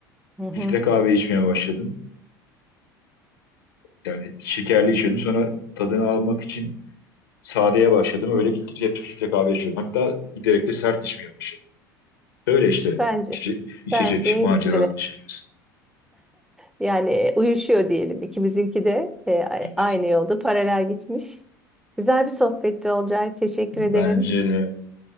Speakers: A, in the centre; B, on the left (about 80°).
A: Hı hı.
B: Filtre kahve içmeye başladım. Yani şekerli içiyordum. Sonra tadını almak için sadeye başladım. Öyle gittikçe hep filtre kahve içiyorum. Hatta giderek de sert içmeye başladım. Öyle işte
A: Bence
B: içe- içecek
A: bence en
B: macera
A: güzeli.
B: şeyimiz.
A: Yani e, uyuşuyor diyelim. İkimizinki de e, a-
B: Evet,
A: aynı yolda paralel gitmiş. Güzel bir sohbetti Olcay. Teşekkür
B: bence
A: ederim.
B: de